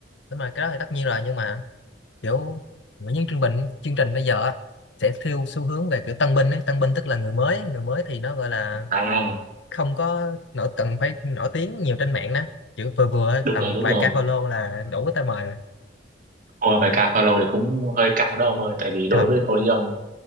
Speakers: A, on the left (about 75°); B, on the right (about 45°).
A: đúng rồi cái đó thì tất nhiên rồi nhưng mà kiểu những chương trình chương trình bây giờ á, sẽ theo xu hướng về kiểu tân binh ấy tân binh tức là người mới ấy. người mới thì nó gọi là
B: à
A: không có nổi cần phải nổi tiếng nhiều trên mạng đó kiểu vừa vừa ấy,
B: đúng
A: tầm
B: rồi đúng
A: vài
B: rồi
A: ca follow là đủ cái tay mời rồi
B: Ôi bài ca follow thì cũng hơi căng đó ông ơi tại vì đối
A: trời
B: với tôi với ông